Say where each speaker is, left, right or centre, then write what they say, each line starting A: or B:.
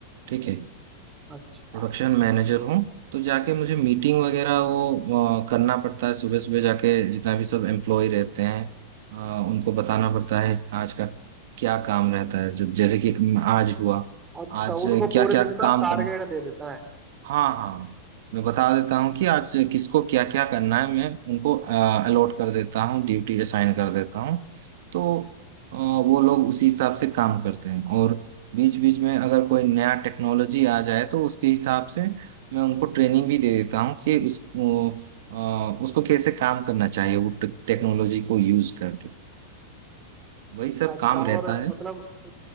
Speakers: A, on the right; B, on the right.
A: ठीक है
B: अच्छा
A: प्रोडक्शन मैनेजर हूँ तो जाके मुझे मीटिंग वगैरह वो अ, करना पड़ता है सुबह सुबह जाके जितना भी सब एम्प्लॉय रहते हैं अ, उनको बताना पड़ता है आज का क्या काम रहता है जो- जैसे कि अम, आज हुआ
B: अच्छा
A: आज
B: उनको
A: क्या
B: पूरे
A: क्या
B: दिन
A: काम
B: का टारगेट
A: करना
B: दे देता है
A: हाँ हाँ मैं बता देता हूँ कि आज किसको क्या क्या करना है मैं उनको अलॉट कर देता हूँ ड्यूटी असाइन कर देता हूँ तो अ, वो लोग उसी हिसाब से काम करते हैं और बीच बीच में अगर कोई नया टेक्नोलॉजी आ जाए तो उसके हिसाब से मैं उनको ट्रेनिंग भी दे देता हूँ कि उस वो, अ, उसको कैसे काम करना चाहिए वो टेक्नोलॉजी को यूज करके वही सब
B: अच्छा
A: काम रहता
B: और
A: है
B: मतलब